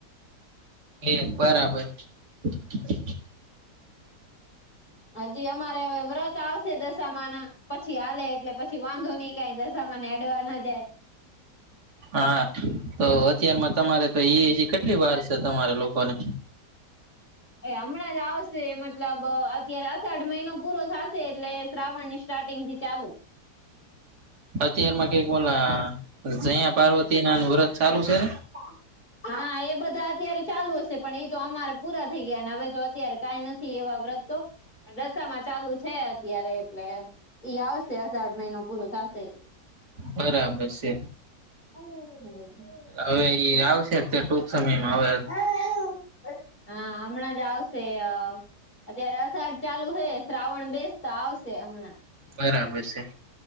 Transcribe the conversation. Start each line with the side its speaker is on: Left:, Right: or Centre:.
Right: એક બરાબર. <inaudible>
Left: હ હજી હમારે હવે વરત આવશે દશામા ના પછીહાલે એટલે પછી વાંધો ની કાઈ દસામાને એડવા ના જાય.
Right: હા. તો અત્યારમાં તમારે તોઇ કેટલી વાર શે તમારે લોકોને?
Left: એ હમણાં જ આવશે મતલબ અત્યારે અસાઠ મહિનો પૂરો થાશે એટલે શ્રાવણ નિ્શ સ્ટાર્ટિંગ થી ચાલુ.
Right: અત્યાર માં કઈક ઓલા ઝંયા પાર્વતી ના નું વ્રત ચાલુ શે ને.
Left: <inaudible> હા એ બધા અત્યારે ચાલુ હશે પણ ઇ તો હમારે પૂરા થઈ ગયાને હવે તો અત્યારે કાઈ નથ થી એવા વ્રતો આ દશામાં ચાલુ છે અત્યારે એટલે ઈ આવશે અષાઢ મઇનો પૂરો થાશે એટલે
Right: બરાબર શે
Left: <unintelligible>
Right: હવે ઇ આવશે તે ટૂંક સમયમાં હવે
Left: <inaudible> હા હમણાં જ આવશેય અત્યારે અષાઢ ચાલુ હે શ્રાવણ બેસ્તા આવશે અમણાં
Right: બરાબર શે